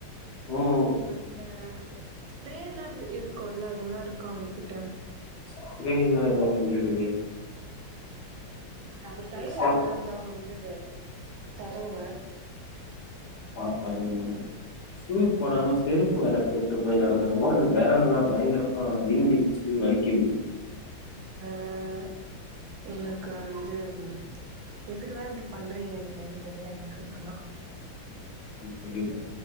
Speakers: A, on the left; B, on the right.
A: ம்
B: அந்த ஸ்பிரே எல்லா இருக்குல்ல அதெல்லா இருக்கா அவங்ககிட்ட
A: ஸ்பிரேலா எதுவு இல்லயே
B: அவ தைலோ
A: செருப்பு
B: இருந்தா வேனா வந்து தடவுவ
A: ஆ பெரவால மேம் சூ போடாம செருப்பு வேற போ விட்டு போய் நடந்து ஓ விரல் எல்லா பயங்கரமா வீங்கிருச்சி வலிக்கிது
B: ம் அ எனக்கு அஞ்சு வந் எதுக்குதா இப்டி பண்றீங்க நீங்கனு தெர்ல எனக்கு நல்லா
A: ஒன்னு தெரில